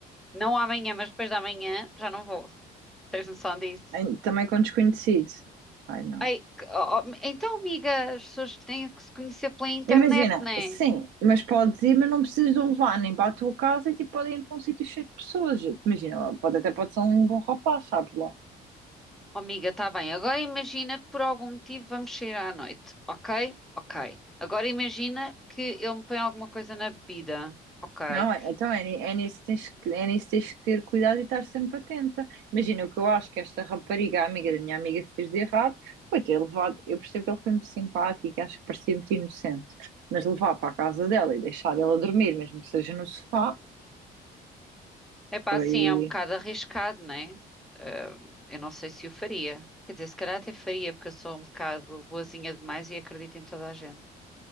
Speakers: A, in the centre; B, on the right.
A: Não amanhã, mas depois da manhã já não vou. Tens noção disso?
B: Em- Também com desconhecido. Ai não.
A: Ai, que- oh, oh, então, amiga, as pessoas têm que se conhecer pela internet,
B: Imagina,
A: não é?
B: sim, mas podes ir, mas não precisas de o levar nem para a tua casa e tipo, podem ir para um sítio cheio de pessoas. Imagina, pode até pode ser um bom rapaz, sabes lá.
A: Oh, amiga, está bem. Agora imagina que por algum motivo vamos sair à noite, ok? Ok. Agora imagina que ele me põe alguma coisa na bebida, ok?
B: Não é? Então é, ni- é nisso que tens que, é nisso que tens que ter cuidado e estar sempre atenta. Imagina, o que eu acho que esta rapariga, a amiga da minha amiga, fez de errado foi ter levado. Eu percebo que ele foi muito simpático e acho que parecia muito inocente, mas levar para a casa dela e deixar ela dormir, mesmo que seja no sofá,
A: É pá,
B: foi.
A: assim, é um bocado arriscado, não é? Ah, eu não sei se o faria. Quer dizer, se calhar até faria, porque eu sou um bocado boazinha demais e acredito em toda a gente.